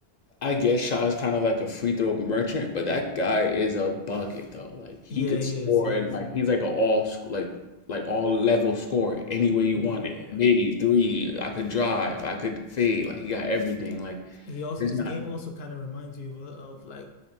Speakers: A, on the left; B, on the left.
A: I guess Shaw's kind of like a free throw merchant, but that guy is a bucket though. Like he
B: Yeah,
A: could
B: he
A: score
B: is. He
A: and
B: is.
A: like he's like a all sc- like like all level scorer any way you
B: Yeah.
A: want it. Midi three, I could drive, I could fade. Like he got everything. Like
B: He also
A: it's
B: his
A: not.
B: game also kind of reminds you of, of like